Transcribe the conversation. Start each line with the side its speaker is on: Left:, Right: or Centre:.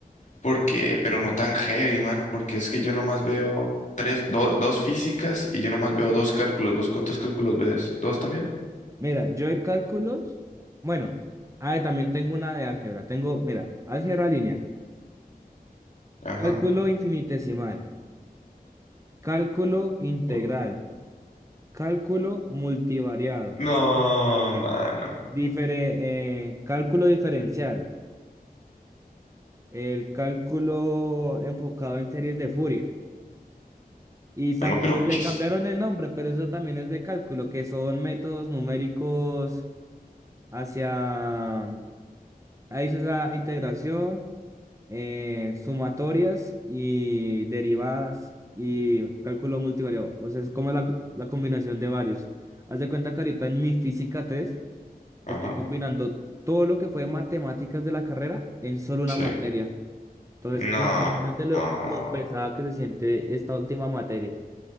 Left: porque, pero no tan heavy, mano, porque es que yo nomás veo tres, do- dos físicas y yo nomás
Right: Bien.
Left: veo dos cálculos. ¿Vos cuántos cálculos ves? ¿Dos también?
Right: Mira, yo de cálculos, bueno, ah, y también tengo una de álgebra. Tengo, mira, álgebra lineal,
Left: Ajá.
Right: cálculo infinitesimal, cálculo integral,
Left: O-
Right: cálculo multivariado.
Left: No, mano.
Right: Difere- eh, cálculo diferencial, el cálculo enfocado en series de Fourier. Y,
Left: Mano,
Right: tam-
Left: pero
Right: y le
Left: ¿qué es?
Right: cambiaron el nombre, pero eso también es de cálculo, que son métodos numéricos hacia... Ahí se usa integración, eh, sumatorias y derivadas y cálculo multivariado. O sea, es como la, la combinación de varios. Haz de cuenta que ahorita en mi física 3
Left: Ajá,
Right: Estoy combinando todo lo que fue matemáticas de la carrera en solo una
Left: sí.
Right: materia. Entonces,
Left: No,
Right: imagínate lo,
Left: no,
Right: lo pesada que se siente esta última materia.